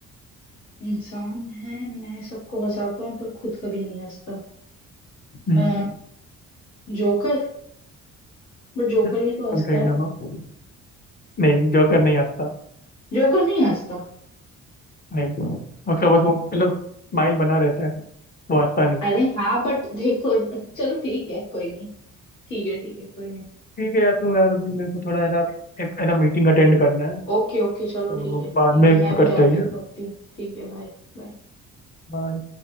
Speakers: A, on the left; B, on the left.
A: इंसान है मैं सबको हंसाता हूँ पर खुद कभी नहीं हंसता
B: हम्म,
A: अ,
B: हम्म,
A: जोकर बट जोकर
B: बिल्कुल
A: भी तो हंसता
B: सही
A: है
B: जवाब नहीं जोकर नहीं हंसता
A: जोकर नहीं हंसता
B: नहीं उसका बस वो मतलब स्माइल बना रहता है वो हंसता नहीं
A: अरे हाँ बट देखो चलो ठीक है कोई नहीं ठीक है ठीक है कोई नहीं
B: ठीक है यार तो यार अभी मेरे को थोड़ा है ना अभी एक है ना मीटिंग अटेंड करना है
A: ओके ओके चलो
B: तो
A: ठीक है ठीक
B: बाद में
A: है मैं भी
B: करते
A: जाती
B: हैं
A: हूँ पढ़ती हूँ ठीक है बाय बाय
B: बाय